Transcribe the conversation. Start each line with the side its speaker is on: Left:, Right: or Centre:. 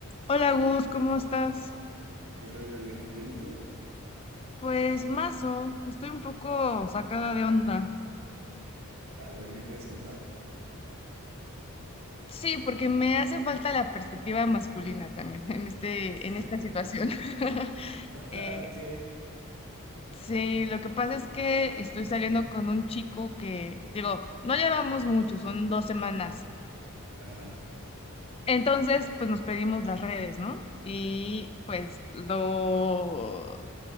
Left: Hola Gus, ¿cómo estás?
Right: ¿Qué rollo, Ale? ¿Bien y tú?
Left: Pues mazo, estoy un poco sacada de onda.
Right: A ver, ¿me quieres contar?
Left: Sí, porque me hace falta la perspectiva masculina también <laughs> en este, en
Right: <laughs>
Left: esta situación. <laughs>
Right: Ah,
Left: Eh,
Right: ok.
Left: sí, lo que pasa es que estoy saliendo con un chico que, digo, no llevamos mucho, son dos semanas.
Right: Ajá.
Left: Entonces, pues nos pedimos las redes, ¿no? Y pues lo...